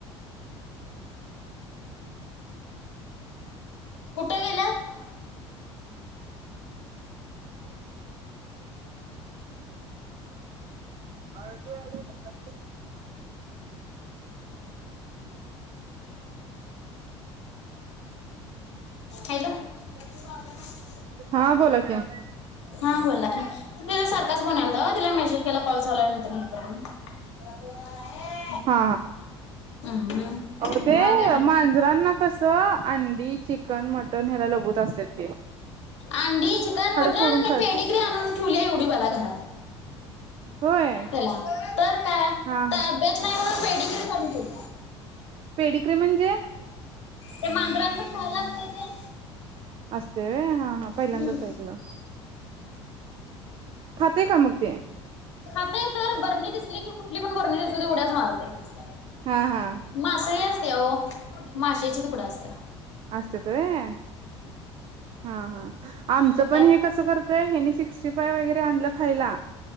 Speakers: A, on the left; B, on the right.
A: कुठं गेल्यात.
B: हा <unintelligible>
A: हॅलो! <unintelligible>
B: हा, बोला कि,
A: हा बोलला, तिझ सारखच फोन यालता ओ, तिला मेसेज केला कॉल चालू आहे नंतर करते. <inaudible>
B: हा,
A: हम्म हम्म
B: आ -म -ते
A: मग आणि
B: मांजर ना कसं अंडी चिकन मटन ह्याला लघवत असते,
A: आंडी, चिकन, मटण,
B: फोडून खा
A: पेडिग्री आणून ठेवली एवढी बाला घरात.
B: होय
A: त्याला, तर काय अ
B: हा
A: तब्बेत नाही, म्हणून पेडिग्री चालू केली.
B: पेडिकडे म्हणजे?
A: ते, मांडराच खायला असत्य ते.
B: असते व्हय, हा, हां, पहिल्यांदाच
A: हम्म.
B: ऐकलं. खात का मगते?
A: खातय तर, बरणी दिसली कि कुठली पण, बरणी दिसूदे उड्या च मारतय नसत.
B: हा, हा,
A: मासळी असते ओ, माशचे तुकडा असत्यात.
B: असत्यात व्हय, हा, हा आमचं
A: त्यात
B: पण हे कसं करतय, हेनी सिक्सटीफाय वगैरे आणलं खायला <unintelligible>